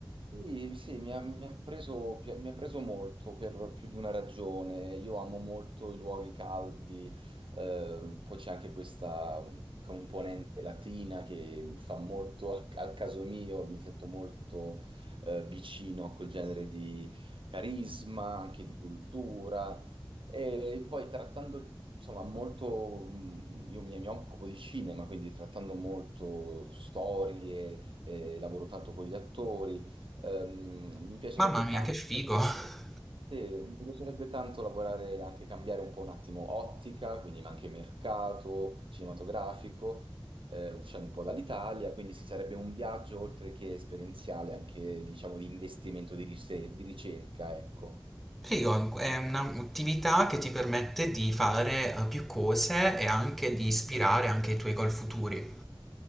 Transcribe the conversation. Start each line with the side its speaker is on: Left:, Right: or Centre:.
Right: Sì, sì, mi ha, mi ha preso, pi- mi ha preso molto per più di una ragione. Io amo molto i luoghi caldi, eh, poi c'è anche questa mm, componente latina che fa molto al, al caso mio, mi sento molto eh, vicino a quel genere di carisma, anche di cultura. E poi trattando, insomma, molto, mm, io mi, mi occupo di cinema, quindi trattando molto storie, eh, lavoro tanto con gli attori. Ehm, mi piacerebbe
Centre: Mamma mia,
Right: tanto,
Centre: che figo! <laughs>
Right: eh, mi piacerebbe tanto lavorare, anche cambiare un po' un attimo ottica, quindi ma anche mercato cinematografico, eh, uscendo un po' dall'Italia, quindi si sarebbe un viaggio oltre che esperienziale, anche diciamo di investimento, di rise- di ricerca, ecco.
Centre: Figo, è un'attività che ti permette di fare, uhm, più cose e anche di ispirare anche i tuoi goal futuri.